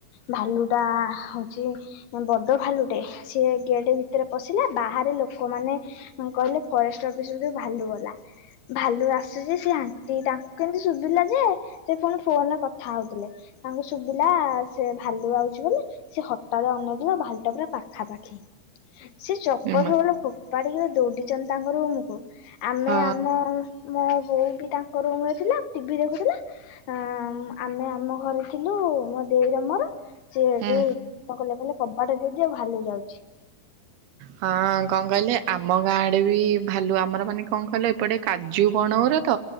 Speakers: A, on the left (about 80°); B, on the right (about 80°).
A: ଭାଲୁ ଟା ହଉଚି ବଡ ଭାଲୁଟେ ସିଏ ଗେଟ୍ ଭିତରେ ପଶିଲା ବାହାରେ ଲୋକମାନେ କହିଲେ ଫରେଷ୍ଟ ଅଫିସ୍ <unintelligible> ଭାଲୁ ଗଲା। ଭାଲୁ ଆସୁଚି ସେ ଆଣ୍ଟି ତାଙ୍କୁ କେମ୍ତି ଶୁଭିଲା ଯେ ସେ ପୁଣି ଫୋନ୍ ରେ କଥା ହଉଥିଲେ ତାଙ୍କ ଶୁଭିଲା ସେ ଭାଲୁ ଆଉଚି ବୋଲି ସେ ହଠାତ୍ ଅନେଇ <unintelligible> ଭାଲୁଟା ପୁରା ପାଖାପାଖି। ସେ ଚପଲ୍
B: ଜମା।
A: ଫପଲ୍ ଫୋପାଡିକ ଦୌଡିଚନ୍ତି ତାଙ୍କ ରୁମ୍ କୁ ଆମେ
B: ହଁ
A: ମୋ-ମୋ ବୋଉ ବି ତାଙ୍କ ରୁମ୍ ରେ ଥିଲା ଟିଭି ଦେଖୁଥିଲା ଆ ଆମେ ଆମ ଘରେ ଥିଲୁ ମୋ ଦେଇର ମୋର ସିଏ <unintelligible>
B: ହୁଁ।
A: କଣ କହିଲେ-କହିଲେ କବାଟ ଦେଇଦିଅ ଭାଲୁ ଯାଉଚି।
B: ହଁ କଣ କହିଲେ ଆମ ଗାଁ ଆଡ଼େ ବି ଭାଲୁ ଆମର ମାନେ କଣ କହିଲେ ଏପଟେ କାଜୁ ବଣ <unintelligible> ତ